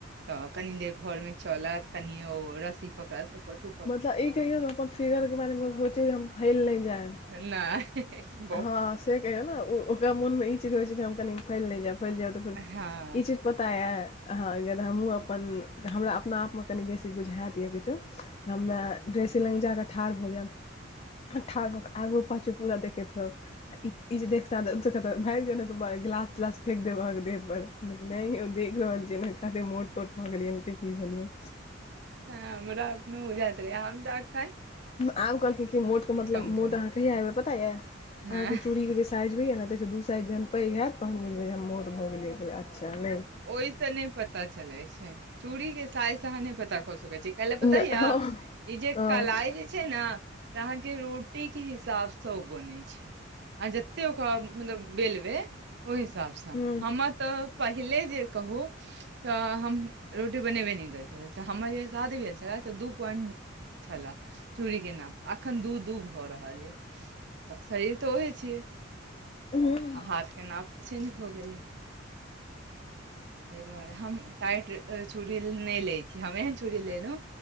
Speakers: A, on the right; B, on the left.
A: तऽ कनी देर घर में चलत कनि ओ रस्सी पकड़त तऽ कतु
B: मतलब ई कहियौ ने अपन फिगर के बारेमे सोचे जे हम फैल नहि जायब
A: नहि <unintelligible>
B: हँ से कहियौ ने ओ ओकरा मोनमे ई चीज होइत छै जे हम कनी फैल नहि जायब फैल जायब तऽ फेर
A: हँ
B: ई चीज पता यऽ अहाँ अगर हमहूँ अपन हमरा अपना आपमे कनि बेसी बुझाायत यए किछो हममे ड्रेसी लग जाकऽ ठाढ़ होऽ जाएब
A: <inaudible>
B: ठा आगू पचे पूरा देखैत आ ई जे देखता कते भागि जाो ने गिलास तिलास फेेक देब अहाँ के देह पर नहि ओ देख रहल छिय ने कते मोड़ तोट भऽ गेलियै की भेलियै
A: हमरा अपनो जाइत रहै हम त
B: आब कहलखिन क मोट के मतलब
A: कम
B: मोट
A: केलहुँ
B: अहाँ कहिया एयबै पता या अहाँके
A: हँ
B: चूड़ी के जे साइज होइयए ने ततहिसँ दू साइज जहन पैघ होयैत तहन बुझबै जे हम मोट भऽ गेलियैै अच्छा नहि
A: ओहि तऽ नहि पता चलै छै चूड़ी के साइज स अहाँ नहि पता कऽ सकैत छीयै कालल पता
B: हँ
A: यए ई जे
B: हँ
A: कलाइ जे छै ने तऽ अहाँके रोटीके हिसाबसँ ओ बनैत छै अहाँ जतेक ओकरा मतलब बेलबै ओहि हिसाबसँ
B: हँ
A: हममे तऽ पहिले जे कहू तऽ हम रोटी बनेबे नहि करै छलिय तऽ हमर जे शादी भेल छल तऽ दू पॉइंट छलए चूड़ीक के नाप अखन दू दू भऽ रहल य तऽ शरीर तऽ ओहे छियै
B: हँ
A: आ हाथ के नाप चेंज भ गेलै ताहि दुआरे हम टाइट चूड़ी नहि ले छीय हमे चूड़ी लेलहुँ